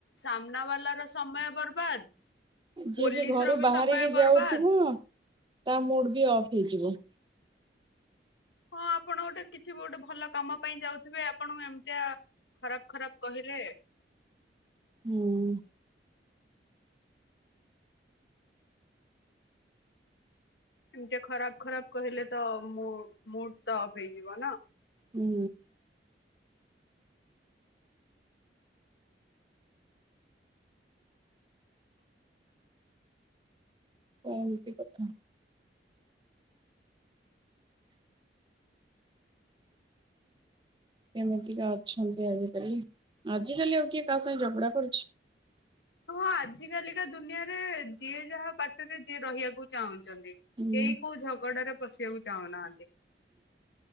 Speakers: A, on the left; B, on the right.
A: ସାମ୍ନା ବାଲା ର ସମୟ ବର୍ବାଦ
B: ଯିଏ
A: ପୋଲିସ
B: ଘରୁ
A: ର ବି
B: ବାହାରିକି
A: ସମୟ
B: ଯାଉଥିବ
A: ବର୍ବାଦ
B: ତା ମୋଡ ବି ଅଫ୍ ହେଇଯିବ।
A: ହଁ ଆପଣ ଗୋଟେ କିଛି ଗୋଟେ ଭଲ କାମ ପାଇଁ ଯାଉଥୁବେ ଆପଣଙ୍କୁ ଏମିତଆ ଖରାପ ଖରାପ କହିଲେ
B: ହୁଁ।
A: ଏମତିଆ ଖରାପ ଖରାପ କହିଲେ ତ ମୁ ମୁଡ଼୍ ତ ଅଫ୍ ହେଇଯିବ ନାଁ।
B: ହୁଁ। ଏମତି କଥା। କେମିତିକା ଅଛନ୍ତି ଆଜିକାଲି ଆଜିକାଲି ଆଉ କିଏ କାହା ସାଙ୍ଗେ ଝଗୁଡା କରୁଛି?
A: ହଁ ଆଜ କାଲିକା ଦୁନିଆରେ ଯିଏ ଯାହା ବାଟରେ ଯିଏ ରହିବାକୁ ଚାହୁଁ ଚନ୍ତି
B: ହୁଁ
A: କେହି କୋଉ ଝଗଡାରେ ପଶିଆକୁ ଚାହୁଁ ନାହାନ୍ତି।